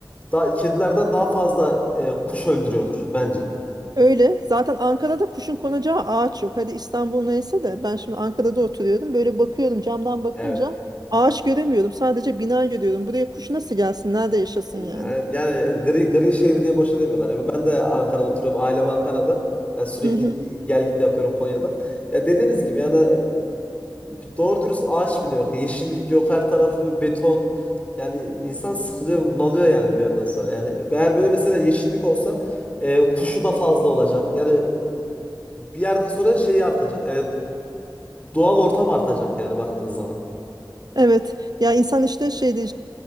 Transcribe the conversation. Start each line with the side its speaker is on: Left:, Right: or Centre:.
Left: da kedilerden daha fazla e, kuş öldürüyordur bence.
Right: Öyle. Zaten Ankara'da kuşun konacağı ağaç yok. Hadi İstanbul neyse de ben şimdi Ankara'da oturuyorum. Böyle bakıyorum camdan bakınca
Left: evet
Right: ağaç göremiyorum. Sadece bina görüyorum. Buraya kuş nasıl gelsin? Nerede yaşasın
Left: Yani,
Right: yani?
Left: yani gri, gri şehir diye boşa demiyorlar. Ya ben de Ankara'da oturuyorum. Ailem Ankara'da. Yani sürekli
Right: Hı hı.
Left: gel git yapıyorum Konya'da. Ya dediğiniz gibi yani e, doğru dürüst ağaç bile yok. Yeşillik yok. Her taraf beton. Yani insan sıkılıyor, bunalıyor yani bir yerden sonra. Yani eğer böyle mesela yeşillik olsa e, kuşu da fazla olacak. Yani bir yerden sonra şeyi artacak. E, doğal ortam artacak yani baktığınız zaman.
Right: Evet. Ya insan işte şeyde